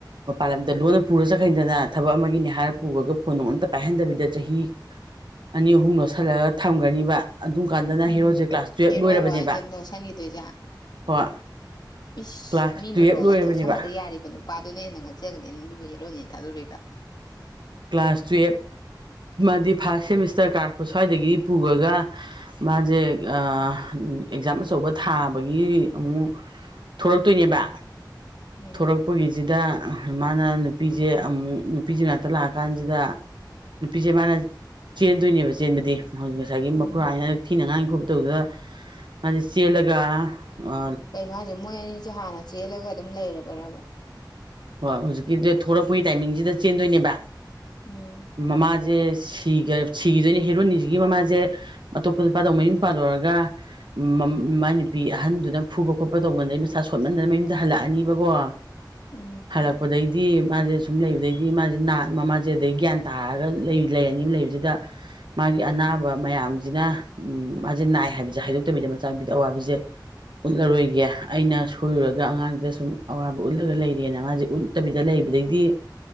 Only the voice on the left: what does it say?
ꯎꯝ
ꯍꯦꯔꯣꯔꯣ
ꯍꯥꯏꯁꯦ ꯂꯧꯁꯟꯈꯤꯗꯣꯏꯁꯦ
ꯏꯁ
ꯃꯤꯅ
ꯂꯣꯂ
ꯆꯣꯠꯁꯟꯕꯗ ꯌꯥꯔꯤꯕ ꯅꯨ ꯄꯥꯗꯨꯅ ꯍꯦꯟꯅ ꯉꯛꯆꯒꯔꯦꯅꯦ ꯑꯗꯨꯕꯨ ꯍꯤꯔꯣꯅꯦꯅ ꯊꯥꯗꯣꯔꯛꯏꯕ꯫
ꯎꯝ
ꯎꯝ
ꯀꯩꯅꯣ ꯍꯥꯏꯖꯦ ꯃꯣꯏ ꯑꯅꯤꯖꯦ ꯍꯥꯟꯅ ꯆꯦꯜꯂꯒ ꯑꯗꯨꯝ ꯂꯩꯔꯕꯔꯕ꯫
ꯎꯝ
ꯎꯝ꯫
<inaudible>